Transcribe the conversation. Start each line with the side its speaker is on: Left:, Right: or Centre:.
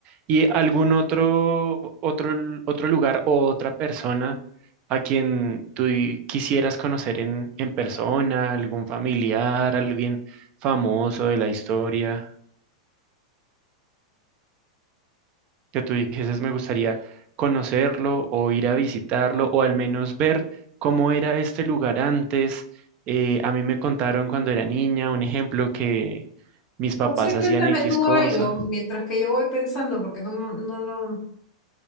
Right: ¿Y algún otro, otro, l- otro lugar o otra persona a quien tú y- quisieras conocer en, en persona, algún familiar, alguien famoso de la historia, que tú dijeses me gustaría conocerlo o ir a visitarlo o al menos ver cómo era este lugar antes? Eh, a mí me contaron cuando era niña, un ejemplo, que mis papás
Left: No sé, cuéntame
Right: hacían X
Left: tú
Right: cosa.
Left: algo mientras que yo voy pensando, porque no, no, no lo...